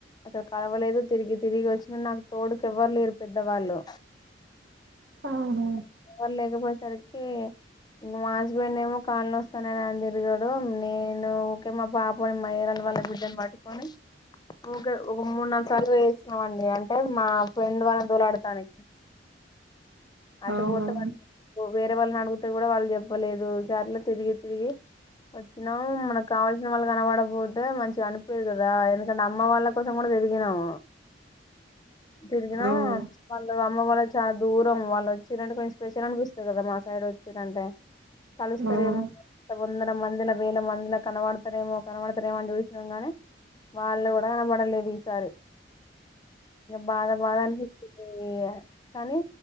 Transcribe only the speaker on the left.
అసలు కలవలేదు తిరిగి తిరిగి వచ్చిన నాకు తోడుకి ఎవ్వరులేరు పెద్దవాళ్ళు
<unintelligible> ఎవ్వరు లేకపో కరెక్టే మా హస్బెండ్ ఏమో కాళ్లో వస్తాననిని తిరిగాడు నేను ఊకే మా పాప మా ఏరే వాళ్ళ బిడ్డను పట్టుకొని కే ఒక మూడు నాలుగు సార్లు వేసన్నాం అండి అంటే మా ఫ్రెండ్ వాళ్ల దోలాడతాను ఇ అటు
పోత <unintelligible> వేరే వాళ్ళని అడిగితే కూడా వాళ్ళు చెప్పలేదు దారిలో తిరిగి తిరిగి వచ్చినాం మనకు కావాల్సిన వాళ్ళకి కనపడకపోతే మంచిగా అనిపిదు కదా ఎందుకంటే అమ్మ వాళ్ళ కోసం కూడా తిరిగినాం తిరిగినాం
వాళ్ళు అమ్మ వాళ్ళ చాలా దూరం వాళ్ళ వచ్చిరంటే కొంచెం స్పెషల్ అనిపిస్తుంది కదా మా సైడ్ వచ్చిర్రంటే కలుస్తారేమో
వందర మందిల, వేల మందిల కనబడతారేమో, కనబడతారేమో అని చూసినం గాని వాళ్ళు కూడా కనబడలేదు ఈసారి. బాధ బాధనిపిచింది. ఏ కానీ